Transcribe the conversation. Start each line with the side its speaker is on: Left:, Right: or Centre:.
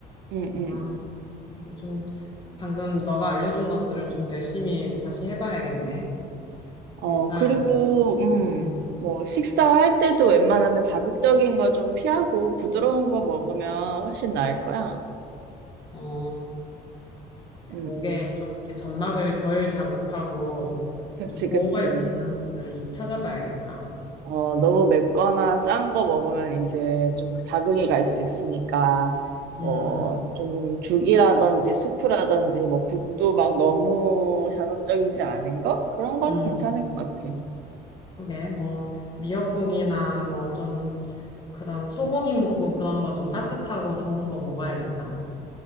Right: 음, 음.
Left: 아, 이거 좀 방금 너가 알려준 것들을 좀 열심히 다시 해봐야겠네.
Right: 어,
Left: 일단,
Right: 그리고, 음.
Left: 음,
Right: 뭐, 식사할 때도 웬만하면 자극적인 거 좀 피하고 부드러운 거 먹으면 훨씬 나을 거야.
Left: 어,
Right: 음,
Left: 목에
Right: 음.
Left: 좀 이렇게 점막을 덜 자극하고
Right: 그치,
Left: 좀 보호할
Right: 그치.
Left: 수 있는 것들을 좀 찾아봐야겠다.
Right: 어, 너무 맵거나 짠 거 먹으면 이제 좀 그 자극이 갈 수 있으니까, 뭐,
Left: 음,
Right: 좀 죽이라든지 수프라든지, 뭐, 국도 막 너무 자극적이지 않은 거? 그런 건
Left: 음,
Right: 괜찮을 것 같아.
Left: 그게 뭐 미역국이나 뭐좀 그런 소고기 묵국 그런 거 좀 따뜻하고 좋은 거 먹어야겠다.